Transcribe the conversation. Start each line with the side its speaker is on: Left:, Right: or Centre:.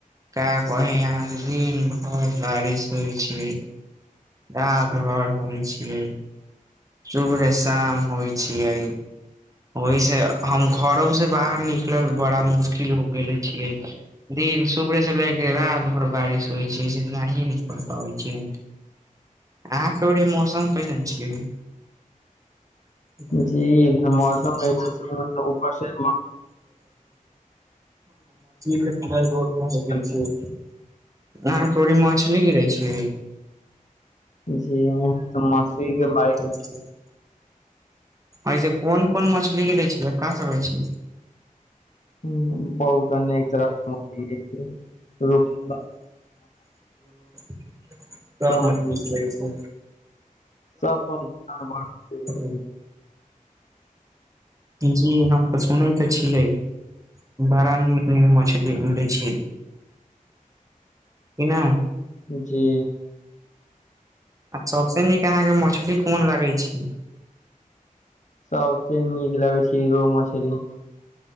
Right: का कही अहाँ के दिन भर बारिश होइ छै रात भर होइ छिय सुबरह शाम होइ छियै ओहि से हम घरो से बाहर निकलल बड़ा मुश्किल हो गेले छियै दिन सुबह से ले के रात आर बारिश होइ छै से एनाही नहि पड़ पाबै छै अहाँके ओड़ी मौसम कैसन छिय <inaudible>
Left: जी इधर
Right: मछली
Left: मौसम ऐसे छै मतलब ऊपर से
Right: मे पुरा रोड भरि
Left: मगर
Right: गेल छिय अहाँके ओड़ी मछली गिरै छै
Left: जी य त मछरी के बारिश
Right: च <inaudible> ऐसे कोन कोन मछली गिरै छियै का का होय छै <unintelligible>
Left: हम्म, बहुत अनेक तरह के मछली छै रुपना
Right: <unintelligible> क
Left: सब
Right: मजबू रहै छै
Left: सब कोनो जीवन में बढ़ते
Right: <unintelligible>
Left: <unintelligible>
Right: जी हमक सुनै तऽ छियै बड़ा नीक नीक मछरी दै छियै
Left: <unintelligible>
Right: कि ना हूँ
Left: जी
Right: आ सभसँ नीक अहाँके मछली कोन लगै छै
Left: सबसे नीक लगै छै रोह मछली